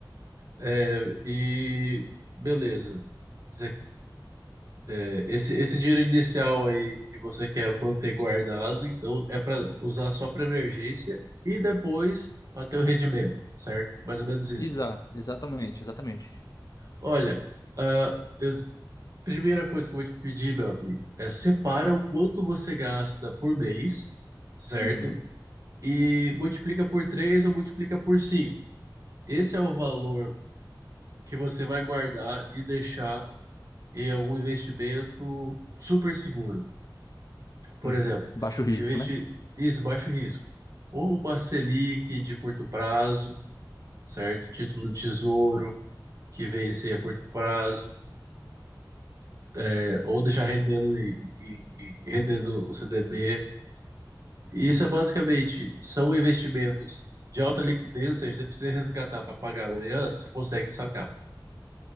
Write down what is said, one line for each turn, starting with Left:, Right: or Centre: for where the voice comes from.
Right: É, e beleza. Você- é, esse, esse dinheiro inicial aí que você quer manter guardado, então é para usar só para emergência e depois para ter o rendimento, certo? Mais ou menos isso.
Left: Exato, exatamente, exatamente.
Right: Olha, a primeira coisa que eu vou te pedir, meu amigo, é separa o quanto você gasta por mês, certo?
Left: Uhum,
Right: E multiplica por 3 ou multiplica por 5. Esse é o valor que você vai guardar e deixar e algum investimento super seguro. Por
Left: uhum.
Right: exemplo,
Left: Baixo risco,
Right: investir
Left: né?
Right: isso, baixo risco. Ou uma Selic de curto prazo, certo? Título do Tesouro que vence a curto prazo, é, ou deixar rendendo e, e- e rendendo o CDB. Isso
Left: Uhum,
Right: é basicamente, são investimentos de alta liquidez, ou seja, você precisa resgatar para pagar amanhã, você consegue sacar.